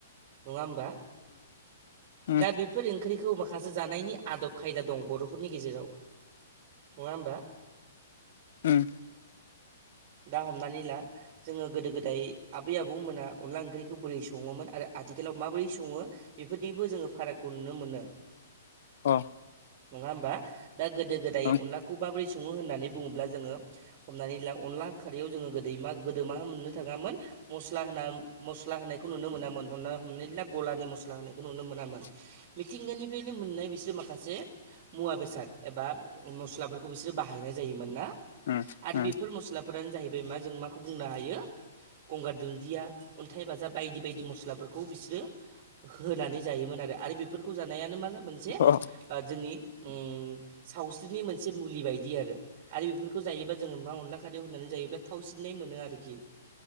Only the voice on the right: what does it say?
नङा होमबा?
दा बेफोर ओंख्रिखौ माखासे जानायनि आदब खायदा दं। बर'फोरनि गेजेराव नङा होमबा
दा हमनानै ला जोंङो गोदो गोदाय आबै आबौमोना अनला ओंख्रिखौ बोरै सङोमोन। आरो आथिखालाव माबोरै संङो बेफोरनिबो जोंङो फारागखौ नुनो मोनो।
नङा होमबा दा गोदो गोदाय
अनला खौ माबोरै संङो होननानै बुङोब्ला जोंङो हमनानै ला अनला खारियाव जोंङो गोदैमा गोदो मा मोननो थाङामोन मस्ला होना मस्ला होनायखौ नुनो मोनामोन। हना हमनानै ला गलानि मस्ला होनायखौ नुनो मोनामोन।
मिथिंगानिफ्रायनो मोननाय बिसोर माखासे मुवा बेसाद एबा मस्लाफोरखौ बिसोरो बाहायनाय जायोमोन ना
आरो बेफोर
मस्ला फोरानो जाहैबाय मा जों माखौ बुंनो हायो गंगार दुन्दिया अन्थाइ बाजा बायदि बायदि मस्लाफोरखौ बिसोरो होनानै जायोमोन आरो आरो बेफोरखौ जानायानो मा मोनसे
जोंनि उम सावस्रिनि मोनसे मुलि बायदि आरो आरो बेफोरखौ जायोबा जोंङो मा अनला खारैयाव होननानै जायोब्ला थाव सिननाय मोनो आरोखि